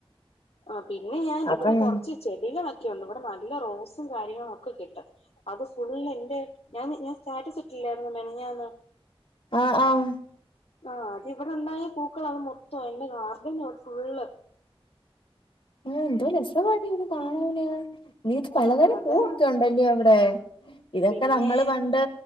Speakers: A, on the left; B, on the left.
A: ആഹ്‌ പിന്നെ ഞാൻ
B: അപ്പൊ
A: ഇവിടെ
B: ഞാൻ
A: കുറച്ച് ചെടികള ഇവിടെ നല്ല റോസും കാര്യങ്ങളൊക്കെ കിട്ടും അത് ഫുള്ളെ എന്റെ ഞാൻ സ്റ്റാറ്റസ് ഇട്ടി ായിുന്ന മെനഞ്ഞാന്നു
B: ആഹ ആഹ
A: ആഹ അത് ഇവിടെണ്ടായ പൂക്കൾ അത് മൊത്തം എന്റെ ഗാർഡന് ഇവിടെ ഫുള്ള്
B: ആ എന്തോ രസവാടി അത് കാണാന് നീത്
A: ആ
B: പലതരം
A: അതാ
B: പൂവൊക്കെ ഉണ്ടല്ലോ അവിടെ ഇതൊക്കെ
A: പിന്നെ
B: നമ്മള് പണ്ട്